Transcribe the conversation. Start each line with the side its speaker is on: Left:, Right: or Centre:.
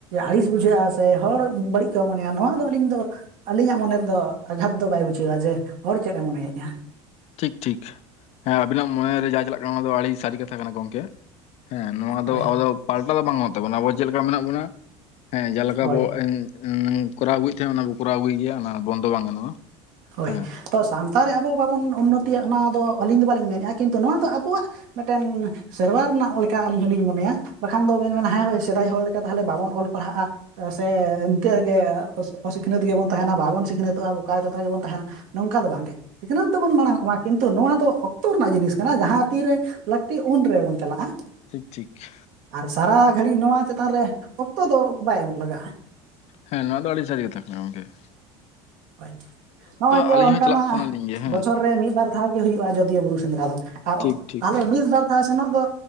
Right: ᱟᱹᱲᱤᱥ ᱵᱩᱡᱷᱟᱹᱜᱼᱟ ᱥᱮ ᱦᱚᱲ ᱵᱟᱹᱲᱤᱡ ᱠᱚ ᱢᱚᱱᱮᱭᱟ ᱱᱚᱣᱟ ᱫᱚ ᱟᱹᱞᱤᱧ ᱫᱚ ᱟᱹᱞᱤᱧᱟᱜ ᱢᱚᱱᱮ ᱨᱮᱫᱚ ᱟᱜᱷᱟᱫ ᱫᱚ ᱵᱟᱭ ᱵᱩᱡᱷᱟᱹᱣᱼᱟ ᱡᱮ ᱦᱚᱲ ᱪᱮᱫ ᱮᱢ ᱢᱚᱱᱮᱭᱮᱜᱼᱟ
Left: ᱴᱷᱤᱠ ᱴᱷᱤᱠ ᱦᱮᱸ ᱟᱵᱤᱱᱟᱜ ᱢᱚᱱᱮᱨᱮ ᱡᱟ ᱪᱟᱞᱟᱜ ᱠᱟᱱᱟ ᱚᱱᱟ ᱫᱚ ᱟᱹᱰᱤ ᱥᱟᱹᱨᱤ ᱠᱟᱛᱷᱟ ᱠᱟᱱᱟ ᱜᱚᱝᱠᱮ ᱦᱮᱸ, ᱱᱚᱣᱟ ᱫᱚ
Right: ᱦᱳᱭ
Left: ᱟᱵᱚ ᱫᱚ ᱯᱟᱞᱴᱟᱣ ᱫᱚ ᱵᱟᱝ ᱛᱟᱵᱚᱱᱟ ᱾ ᱟᱵᱚ ᱪᱮᱫ ᱞᱮᱠᱟ ᱢᱮᱱᱟᱜ ᱵᱚᱱᱟ? ᱦᱮᱸ, ᱡᱮᱠᱟ
Right: ᱦᱳᱭ
Left: ᱵᱚ ᱤ ᱧᱤ ᱠᱚᱨᱟᱣ ᱟᱹᱜᱩᱭᱮᱫ ᱛᱟᱦᱮᱸᱫ ᱚᱱᱟ ᱵᱚ ᱠᱚᱨᱟᱣ ᱟᱹᱜᱩᱭ ᱜᱮᱭᱟ ᱾ ᱵᱚᱱᱫᱚ ᱵᱟᱝ ᱜᱟᱱᱚᱜᱼᱟ ᱾
Right: ᱦᱳᱭ
Left: ᱦᱮᱸ ᱾
Right: ᱛᱚ ᱥᱟᱶᱛᱟ ᱨᱮ ᱟᱵᱚ ᱵᱟᱵᱚᱱ ᱩᱱᱱᱚᱛᱤᱭᱟ ᱚᱱᱟᱫᱚ ᱟᱹᱞᱤᱧ ᱫᱚ ᱵᱟᱹᱞᱤᱧ ᱢᱮᱱᱮᱜᱼᱟ, ᱠᱤᱱᱛᱩ ᱱᱚᱣᱟ ᱫᱚ ᱟᱵᱚᱣᱟᱜ ᱢᱤᱫᱴᱮᱱ ᱥᱮᱨᱣᱟ ᱨᱮᱱᱟᱜ ᱞᱮᱠᱟ ᱟᱹᱞᱤᱧ ᱦᱚᱸᱞᱤᱧ ᱢᱚᱱᱮᱭᱟ, ᱵᱟᱠᱷᱟᱱ ᱫᱚ ᱢᱮᱱ ᱵᱮᱱ ᱦᱮ <unintelligible> ᱥᱮᱫᱟᱭ ᱦᱚᱲ ᱞᱮᱠᱟ ᱛᱟᱦᱚᱞᱮ ᱵᱟᱵᱚᱱ ᱚᱞ ᱯᱟᱲᱦᱟᱜᱼᱟ ᱾ ᱥᱮ ᱤᱱᱠᱟᱹᱜ ᱜᱮ ᱚᱥ ᱚᱥᱤᱠᱷᱱᱟᱹᱛ ᱜᱮᱵᱚᱱ ᱛᱟᱦᱮᱱᱟ ᱵᱟᱵᱚᱱ ᱥᱤᱠ- ᱥᱤᱠᱷᱱᱟᱹᱛᱚᱜᱼᱟ ᱵᱚᱠᱟ ᱡᱚᱛᱟ ᱜᱮᱵᱚᱱ ᱛᱟᱦᱮᱱᱟ ᱱᱚᱝᱠᱟ ᱫᱚ ᱵᱟᱝᱜᱮ ᱥᱤᱠᱷᱱᱟᱹᱛ ᱛᱚᱵᱚᱱ ᱢᱟᱲᱟᱝᱚᱢᱟ ᱾ ᱠᱤᱱ- ᱛᱩ ᱱᱚᱣᱟ ᱫᱚ ᱚᱠᱛᱚ ᱨᱮᱱᱟᱜ ᱡᱤᱱᱤᱥ ᱠᱟᱱᱟ, ᱡᱟᱦᱟᱸ ᱛᱤᱨᱮ ᱞᱟᱹᱠᱛᱤ ᱩᱱ ᱨᱮᱵᱚᱱ ᱪᱟᱞᱟᱜᱼᱟ ᱾
Left: ᱴᱷᱤᱠ ᱴᱷᱤᱠ ᱾
Right: ᱟᱨ ᱥᱟᱨᱟ ᱜᱷᱟᱹᱲᱤᱡ ᱱᱚᱣᱟ ᱪᱮᱛᱟᱱ ᱨᱮ ᱚᱠᱛᱚ ᱫᱚ ᱵᱟᱭ ᱮᱢᱚᱜ ᱞᱟᱜᱟᱜᱼᱟ ᱾
Left: ᱦᱮᱸ, ᱱᱚᱣᱟ ᱫᱚ ᱟᱹᱰᱤ ᱥᱟᱹᱨᱤ ᱠᱟᱛᱷᱟ ᱠᱟᱱᱟ ᱜᱚᱝᱠᱮ ᱾
Right: ᱦᱳᱭ, ᱱᱚᱜᱼᱚᱭ ᱛᱚ
Left: ᱟᱹᱞᱤᱧ
Right: ᱚᱱᱠᱟᱱᱟᱜ
Left: ᱦᱚᱸ ᱪᱟᱞᱟᱜ ᱥᱟᱱᱟᱞᱤᱧ ᱜᱮᱭᱟ ᱦᱮᱸ
Right: ᱵᱚᱪᱷᱚᱨ ᱨᱮ ᱢᱤᱫ ᱵᱟᱨ <unintelligible> ᱜᱮ ᱦᱩᱭᱩᱜᱼᱟ ᱟᱡᱳᱫᱤᱭᱟᱹ ᱵᱩᱨᱩ ᱥᱮᱸᱫᱽᱨᱟ ᱫᱚ
Left: ᱴᱷᱤᱠ
Right: ᱾ <unintelligible>
Left: ᱴᱷᱤᱠ
Right: ᱚ ᱥᱮᱱᱚᱜ ᱫᱚ